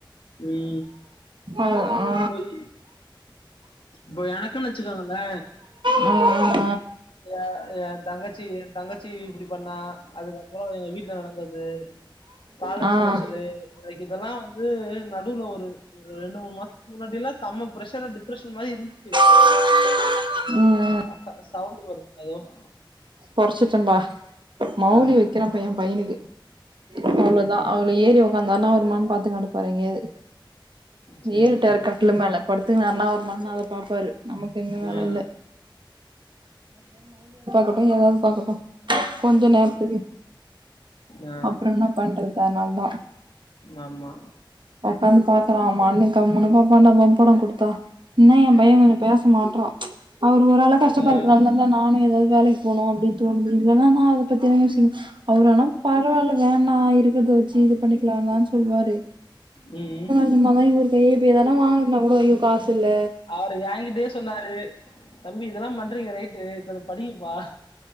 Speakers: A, on the left; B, on the right.
A: வீ
B: அது ஆ
A: பொய் பு எனக்குன்னு வச்சுக்கோங்கள
B: உம்
A: ஏ ஏ தங்கச்சி என் தங்கச் டி இப்டி பண்ணா அதுக்கப்பறோ எங்க வீட்ல நடந்தது காலேஜ்
B: ஆ
A: போஷது
B: ஆ
A: வய்கு இதெல்லா வந்து நடுவ்ல ஒரு ஒரு ரெண்டு மூணு மாஸ்த்து முன்னாடி எல்லா செம்ம ப்ரஷர் டிப்ரஷன்மாறி இருந்ச்சு
B: <inaudible> ம்
A: ஆ அப்ப சவுண்ட் வருத் டையம்
B: கொற்ச்சிட்டன்டா மவ்லி
A: ஆ
B: வெக்கிற ப்ரியம் பைய்னுக்கு அவ்ளோதா
A: சரி, சரி,
B: அவ வ்லோ ஏரி உக்காந்தானா வருமான் பாத்து நடப்பாரு எங்கயாது
A: சரி,
B: ஏருட்ட
A: சரி.
B: யர்க்கர் ட்ல மேல படுத்து நன்னாவ் மண் அவர் பாப்பாரு நமக்கு என்ன வேல
A: ஆ,
B: இல்லெ குட்டி ஏதாவ் பாக்கட்டு கொஞ்ச நேர்த்துக்கு
A: ஆ, ஆ.
B: அப்றோ என்னா பண்றது அதனால்தா
A: ஆமா.
B: வக்காந்து பாக்றாமா அண்ணெ கம்முன்னுதா பண்டா வம்படோ குடுத்தா இன்னா என் பையன் கொஞ்சு பேச மாட்ரா அவர் ஒரு ஆளா கஷ்டப்படுத்றால்னன்னா
A: ஆ
B: நானு ஏதாவ் வேலைக்கு போனு அப்டின் தோனுது இல்லன்னா நா அத பத்தின யோசின் அவரு ஆனா பரவாயில்ல வேணா இருக்குற்த வச்சி இது பண்ணிக்லாவான் சொல்வாரே
A: ம்
B: நம்மதா இவுரு கையேய் எதலா வாங்கறதுனா கூட ஐயோ காசுல்ல
A: அவரு எகிட்டயே சொன்னாரு தம்பி இதெல்லா பண்றீங்க ரைட்டு கொஞ்ச படிங்கப்பா